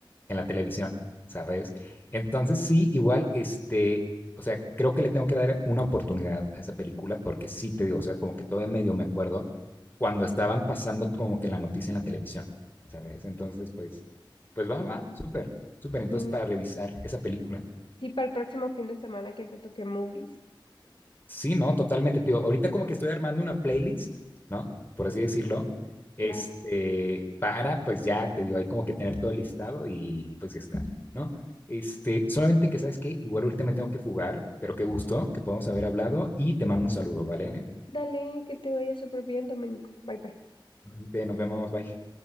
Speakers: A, on the left (about 25°); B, on the left (about 70°).
A: en la televisión, ¿sabes? Entonces sí, igual, este, o sea, creo que le tengo que dar una oportunidad a esa película porque sí te digo, o sea, como que todavía medio me acuerdo cuando estaban pasando como que la noticia en la televisión, ¿sabes? Entonces, pues, pues va, va, súper, súper. Entonces,
B: Sí,
A: para revisar esa película.
B: sí, para el próximo fin de semana que te toque movies.
A: Sí, no, totalmente, tío. Ahorita como que estoy armando una playlist, ¿no? Por así decirlo, este,
B: Claro.
A: para, pues ya te digo, hay como que tener todo listado y pues ya está, ¿no? Este, solamente que sabes que igual ahorita me tengo que fugar, pero qué gusto que podamos haber hablado y te mando un saludo, ¿vale?
B: Dale, que te vaya súper bien, Domenico. Bye bye.
A: Ahorita Nos vemos, bye.